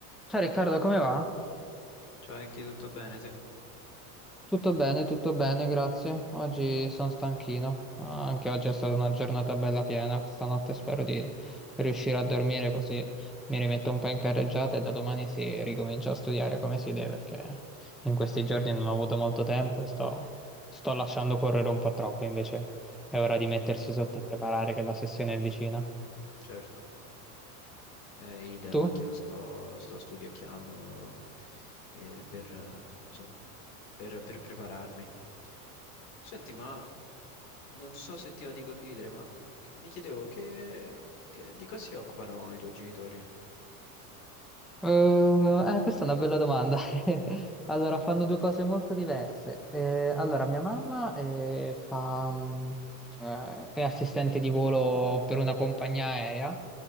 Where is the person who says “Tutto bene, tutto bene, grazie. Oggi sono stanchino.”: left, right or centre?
Centre